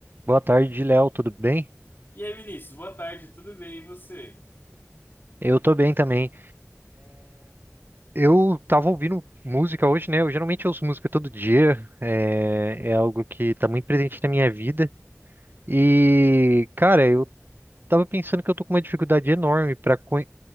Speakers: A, on the right; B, on the left.
A: Boa tarde, Léo, tudo bem?
B: E aí, Vinícius, boa tarde, tudo bem? E você?
A: Eu tô bem também. Eu tava ouvindo música hoje, né? Eu geralmente ouço música todo dia, é, é algo que tá muito presente na minha vida. E, cara, eu tava pensando que eu tô com uma dificuldade enorme pra conhe-